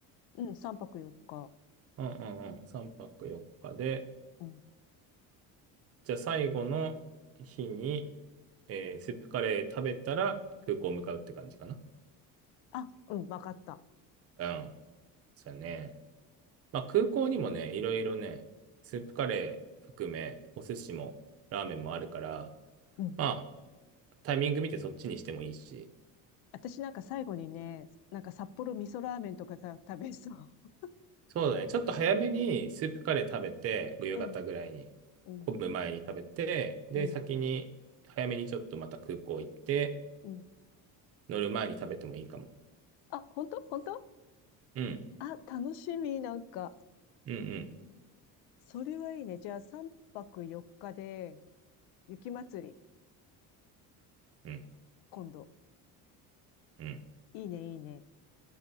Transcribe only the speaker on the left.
うん、3泊4日。
うん。
あ、うん、わかった。
うん。
私なんか最後にね、なんか札幌味噌ラーメンとかさ、食べそう。
<laughs>
うん、うん、
うん、
うん。
あ、本当本当
あ、楽しみ、なんか。
それはいいね。じゃあ3泊4日で、雪祭り、
今度。
いいね、いいね。